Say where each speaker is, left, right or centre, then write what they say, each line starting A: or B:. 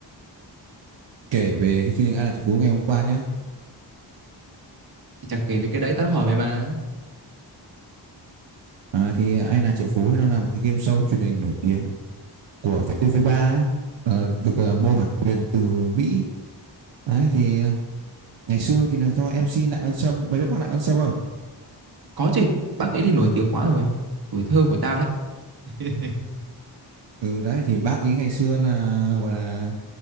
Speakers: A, on the right; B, on the right.
A: Kể về cái chương trình ai là triệu phú ngày hôm qua nhá.
B: Thì chả kể về cái đấy tao đã hỏi mày mà.
A: À, thì ai là triệu phú nó là một cái game show truyền hình nổi tiếng của VTV3 ấy. Ờ, được ờ, mua bản quyền từ Mỹ. Đấy thì ờ, ngày xưa thì là do MC Lại Văn Sâm, mày biết bác Lại Văn Sâm không?
B: Có chứ, bác ấy thì nổi tiếng quá rồi. Tuổi thơ của tao đấy. <laughs>
A: Ừ đấy thì bác ý ngày xưa là gọi là